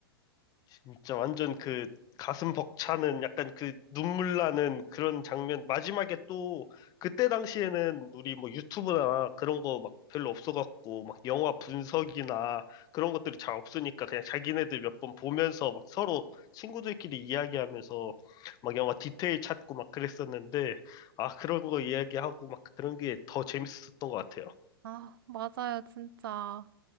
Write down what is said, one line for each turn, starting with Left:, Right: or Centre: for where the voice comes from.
Left: 진짜 완전 그 가슴 벅차는 약간 그 눈물 나는 그런 장면. 마지막에 또 그때 당시에는 우리 뭐 유튜브나 그런 거 막 별로 없어갖고 막 영화 분석이나 그런 것들이 잘 없으니까 그냥 자기네들 몇 번 보면서 막 서로 친구들끼리 이야기하면서 막 영화 디테일 찾고 막 그랬었는데 아, 그런 거 이야기하고 막 그런 게 더 재밌었던 것 같아요.
Right: 아, 맞아요, 진짜.